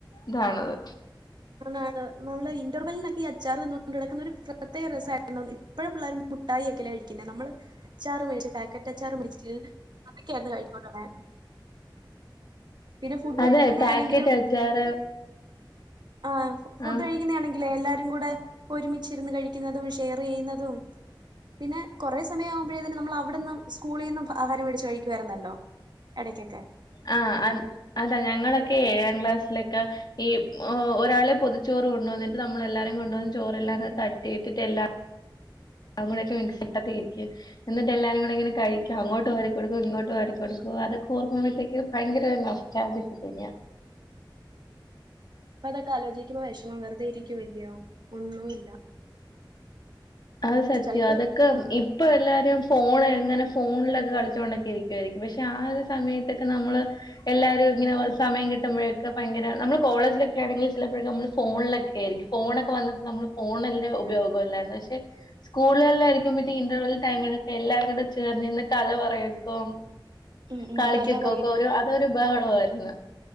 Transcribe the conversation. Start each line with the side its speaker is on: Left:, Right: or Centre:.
Left: ഇതാണത്
Right: ആണ് നമ്മള് ഇന്റർവെലിനൊക്കെ ഈ അച്ചാറ്തിന്നോണ്ട് ടക്കുന്നൊരു ഒരു പ്രത്യേക രസായിരുന്നു ഇപ്പഴും പിള്ളേര് മുട്ടായിക്കല്ലെ കഴിക്കുന്നെ നമ്മള് അച്ചാറ് എ പാക്കറ്റ് അച്ചാറ് മിച്ച് അതൊക്കായിരുന്നു കഴിച്ചോണ്ടുരുന്നെ പിന്നെ ഫുഡ്
Left: അതെ
Right: കഴിക്ക്ന്നാണെങ്കിലും
Left: പാക്കറ്റ് അച്ചാറ്
Right: ആഹ് ഫുഡ്
Left: ആഹ്
Right: കഴിക്ക്ന്നാണെങ്കി ലെ എല്ലാരും കൂടെ ഒരുമിച്ചിരുന്ന് കഴിക്ക്ന്നതും. ഷെയറീയ്യുന്നതും പിന്നെ കൊറേ സമയ ആവുമ്പഴതിന് നമ്മളവ്ട്ന്ന് സ്കൂളീന്നും ആഹാരം വേടിച്ച് കഴിക്കുവായിരുന്നല്ലൊ എടയ്കൊക്കെ
Left: ആഹ് അ അൻ അന്താ ഞങ്ങളൊക്കെ ഏഴാം ക്ലാസ്സിലൊക്കെ ഈ ഒരാള് പൊതിച്ചു പൊതിചോറ് കൊണ്ടുവന്നിട്ട് നമ്മളെല്ലാരും കൊണ്ടുവന്ന് ചോറെല്ലാം തട്ടിയിട്ടിട്ട് എല്ലാം അവ് കൂടെക്കെ മിക്സ് ഇട്ടത്തിരിക്കും എന്നിട്ട് എല്ലാരും കൂടെങ്ങനെ കഴിക്ക അങ്ങോട്ട് വാരി കൊടുക്കും ഇങ്ങോട്ട് വാരികൊടുക്കും അതൊക്കെ ഓർക്കുമ്പോഴത്തേക്ക് ഭയങ്കര ചാർജ് <unintelligible>
Right: ഇപ്പ അതൊക്കെ ആലോചിക്കുമ്പൊ വെഷമം വെറുതെ ഇരിക്കുവല്ല്യയൊ ഒന്നുമില്ല
Left: അത് സത്യാ
Right: ചെലപ്പോ
Left: അതൊക്കെ ഇ ഇപ്പൊ എല്ലാരും ഫോണ് എങ്ങനെ ഫോണിലൊക്കെ കളിച്ചോണ്ടൊക്കെരിക്കുവായിരിക്കും പഷെ ആ ഒര് സമയത്തൊക്കെ നമ്മള് എല്ലാരും ഇങ്ങനെ സമയം കിട്ടുമ്പഴൊക്കെ ഭയങ്കര നമ്മള് കോളജിലൊക്കെ ആണെങ്കിൽ ചിലപ്പൊഴക്കെ നമ്മള് ഫോണിലൊക്കെ ആയിരിക്കും ഫോണൊക്കെ വന്നപ്പൊ നമ്മള് ഫോണല്ലെ ഉപയോഗല്ലാരുന്നൊ പഷെ സ്കൂളുകളആയിരിക്കും പറ്റി ഇന്റർവെൽ ടൈമിലൊക്കെ എല്ലാരും കൂടെ ചേർന്ന് ഇന്ന് കഥ പറയക്കും
Right: ഉം ഉം
Left: കളിക്ക്ക്കൊക്കൊരു
Right: കഥ പറയും
Left: അതൊരു ബഹളായിരുന്നു